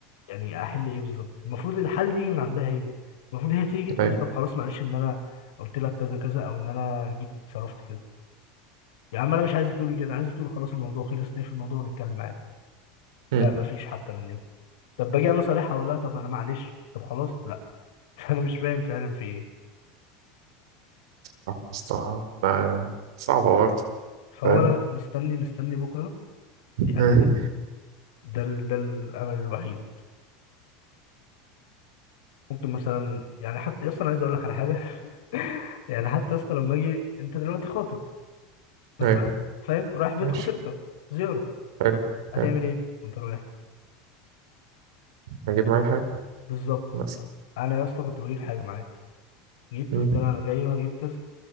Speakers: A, on the left (about 80°); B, on the right (about 75°).
A: يعني احل ايه بالظبط المفروض الحل يجي من عندها هي المفروض هي تيجي تقول
B: ايوه
A: لي طب خلاص معلش ان انا قلت لك كذا كذا او ان انا جيت صرفت كذا يا عم انا مش عايزك تقولي كده عايزك تقولي خلاص الموضوع خلص نقفل الموضوع ونتكلم عادي
B: امم
A: لا مفيش حتى من دي طب باجي انا صريح اقول لها طب انا معلش طب خلاص لا <laughs> فانا مش فاهم فعلا في ايه
B: صح صح آه، صعبة برضه
A: فهو
B: فاهم
A: انا مستني مستني بكره يعني
B: مم.
A: ده ال... ده الامل الوحيد ممكن مثلا يعني حتى اصلا عايز اقول لك على حاجه <laughs> يعني حتى اصلا لما اجي انت دلوقتي خاطب مثلا
B: أيوة
A: فاهم رايح بيت
B: ماشي
A: خطيبتك زياره
B: حلو
A: هتعمل
B: حلو
A: ايه وانت رايح
B: هجيب معايا حاجة
A: بالظبط
B: مثلا
A: انا يا اسطى كنت بجيب حاجه معايا جيت
B: مم.
A: قلت لها انا جاي وهجيب كذا